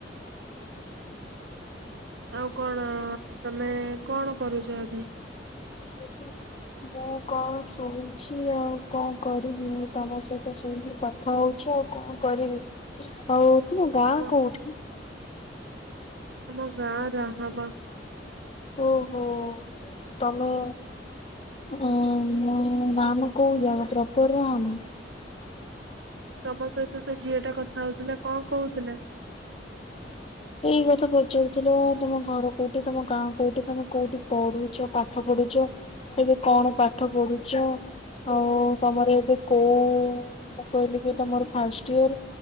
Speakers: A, on the right (about 85°); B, on the left (about 35°).
A: ଆଉ କଣ ତମେ କଣ କରୁଛ ଏବେ।
B: <inaudible> ମୁଁ କଣ ଶୋଇଛି ଆଉ କଣ କରିବି ମୁଁ ତମ ସହିତ ଶୋଇବି କଥା ହଉଛ ଆଉ କଣ କରିବି ଆଉ ତୁମ ଗାଁ
A: ତମ
B: କୋଉଠି।
A: ଆମ ଗାଁ ରାହାମା।
B: ଓହୋ ତମେ ଊଁ ରାହାମା କୋଉ ଜାଗା ପ୍ରପର୍ ରାହାମା।
A: ତମ ସହିତ ସେ ଝିଅ ଟା କଥା ହଉଥିଲା କଣ କହୁଥିଲା
B: ଏଇ କଥା ପଚାରୁଥିଲ ତମ ଘର କୋଉଠି ତମ ଗାଁ କୋଉଠି ତମେ କୋଉଠି ପଢୁଛ ପାଠ ପଢୁଛ ଏବେ କଣ ପାଠ ପଢୁଛ ଆଉ ତମର ଏବେ କୋଉ ମୁଁ କହିଲି କି ତମର ଫାଷ୍ଟଇଅର୍